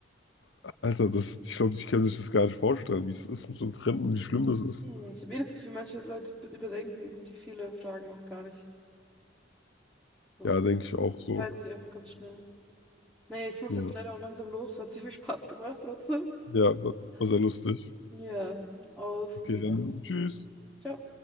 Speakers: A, on the left; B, in the centre.
A: äh, Alter, das, ich glaube, ich kann sich das gar nicht vorstellen, wie es ist mit so einem Fremden, wie schlimm das ist.
B: Nee, Ich habe eh das Gefühl, manche Leute be- überdenken die viele Fragen auch gar nicht. So,
A: Ja,
B: so
A: denke ich auch so.
B: teilen sie einfach ganz schnell. Naja, ich muss
A: Ja,
B: jetzt leider auch langsam los, hat sehr viel Spaß gemacht trotzdem.
A: ja, war
B: Ähm,
A: war sehr lustig.
B: Ja, auf
A: Okay,
B: Wiedersehen.
A: dann tschüss.
B: Ciao.